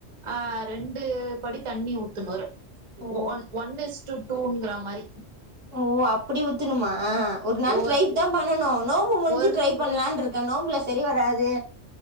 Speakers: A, on the right; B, on the right.
A: ஆ ரெண்டு படி தண்ணி ஊத்துனொறு
B: ஓ
A: ஒ ஒன் ஒன் ஈஸ்ட்டு டூங்குற மாரி
B: ஓ அப்டி ஊத்துணுமா ஒரு நாள்
A: ஒ
B: ட்ரைப் தா பண்ணனு நோம்பு முடிஞ்சி
A: ஒரு
B: ட்ரை பன்லான்ருக்க நோம்புல சரி வராது